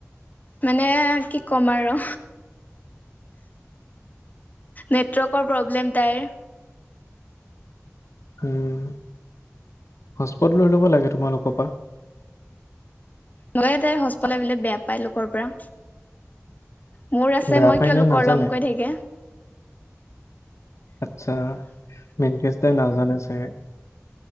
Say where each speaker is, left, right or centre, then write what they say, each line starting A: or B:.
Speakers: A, on the left; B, on the left.
A: মানে কি ক'ম আৰু নেটৱৰ্কৰ প্ৰব্লেম তাইৰ
B: উম হটস্পট লৈ ল'ব লাগে তোমালোকৰ পা
A: নলই তাই হটস্পট লবলে পেলাই বেয়া পায় লোকৰ পৰা মোৰ আছে
B: বেয়া
A: মই
B: পায়
A: কিয়
B: নে
A: লোকৰ
B: নাজানে
A: লম কৈ থাকে
B: আচ্ছা মেনকেচটোৱে নাজানে ছাগে